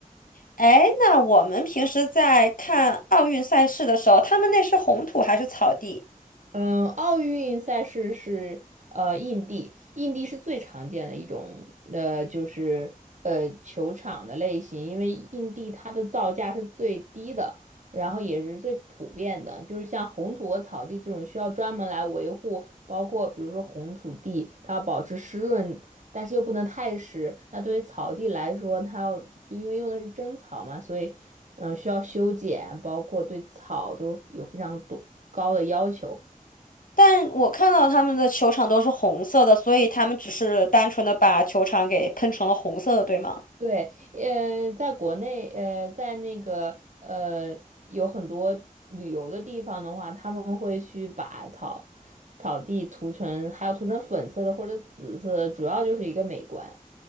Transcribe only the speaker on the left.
哎，那我们平时在看奥运赛事的时候，他们那是红土还是草地？
但我看到他们的球场都是红色的，所以他们只是单纯的把球场给喷成了红色的，对吗？